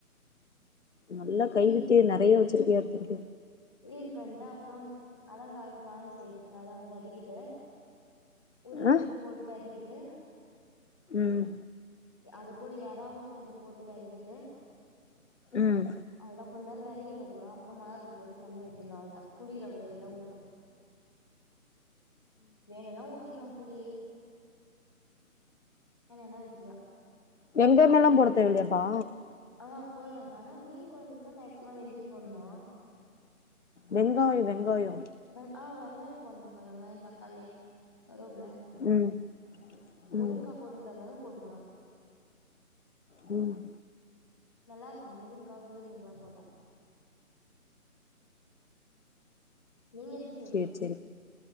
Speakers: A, on the left; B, on the left.
A: நல்லா
B: கிளீன்
A: கைவித்தைய நெறைய வச்சிருபியாட் தெரிது
B: க்ளீன் பண்டு அப்றோ அதான் க குவான்னு ச அதான் வெதக்கிட்டு உருளைக்கெழங்கு
A: ஆ
B: போட்டு வேதக்கிட்டு
A: ம்
B: அது கூட ஏறாவும் கொஞ்ச போட்டு வெதக்கிட்டு
A: ம்
B: அவதா கொஞ்ச நேரோ வெதக்கின்னுருக்கன்னு அப்பற மொளகாத்துள் போட்டு தண்ணி ஊத்திடணு அவளதா புளி லைட் ஆ உத்தனு வேணுன்னா ஊதிக்கன்னு புளி என்ன வேண விட்டுலா
A: வெங்கயமல்லா போட தேவல்லையாப்பா
B: ஆ போடலாங்க ஆனா மீன் கொழம்புக்கு தா மேக்சிமம் வெந்திய போடணு
A: வெங்காய வெங்காயோ
B: வெ ஆ வெங்காய போடணும்க்கா வெங்காய தக்காளி கருவேப்பில
A: ம்
B: முருங்கா
A: ம்
B: போடுறதாருந்தாலு போட்டுக்கலா
A: ம்
B: நல்லாருக்கு முருங்கா உருளைக்கெழங்குங்கெல்லா போட்டா நீங்க பிசி
A: சேர் செரி